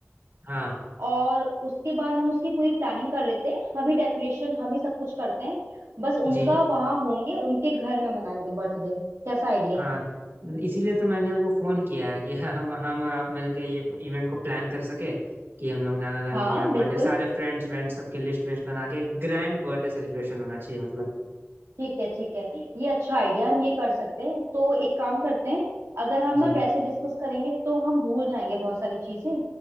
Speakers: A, on the right; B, on the right.
A: हाँ
B: और उसके बाद हम उसकी पूरी प्लानिंग कर लेते हैं हम ही डेकोरेशन हम ही सब कुछ करते हैं बस उनका
A: जी
B: वहाँ होंगे उनके घर में मनाएंगे बर्थडे कैसा आइडिया
A: हाँ
B: है
A: इसीलिए तो मैंने आपको फोन किया है कि <laughs> हम हम और आप मिलके ये इवेंट को प्लान कर सके कि हम लोग नाना नानी
B: हाँ
A: के यहाँ बर्थडे
B: बिल्कुल
A: सारे फ्रेंड्स व्रेंड्स सबके लिस्ट विस्ट बना के ग्रैंड बर्थडे सेलिब्रेशन होना चाहिए मतलब
B: ठीक है ठीक है ये अच्छा आइडिया हम ये कर सकते हैं तो एक काम करते हैं अगर हम
A: जी
B: ना वैसे डिस्कस करेंगे तो हम भूल जाएंगे बहुत सारी चीजें